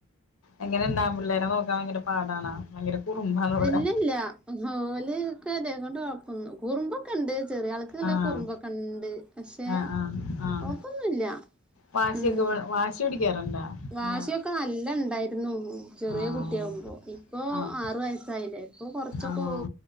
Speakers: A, on the left; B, in the centre.
A: എങ്ങനെ ഇണ്ടാവകൻ പിള്ളേരെ നോക്കാൻ ഭയങ്കര പാടണാ ഭയങ്കര കുറുമ്പാണ് ഇവിടെ
B: ഇല്ല ഇല്ല ല് ഓല് ഓലെ കൊണ്ട് കൊഴപ്പന്നു കുറുമ്പൊക്കെ ഉണ്ട് ചെറിയ ആൾക്ക്ല്ലാം നല്ലം
A: ആഹ്
B: കുറുമ്പൊ കണ്ട് പക്ഷെ
A: ആഹ് ആഹ് ആഹ്
B: കൊഴപ്പൊന്നുല്ല
A: വാശിയൊക്കെ
B: ഉം
A: വാശി പിടിക്കാറുണ്ടാ ഇങ്ങനെ
B: വാശിയൊക്കെ നല്ല ഉണ്ടായിരുന്നു ചെറിയ
A: ആഹ്
B: കുട്ടിയാകുമ്പോ ഇപ്പോ
A: ആഹ്
B: ആറു വയസ്സായില്ലേ ഇപ്പൊ കുറച്ചൊക്കെ
A: ആഹ്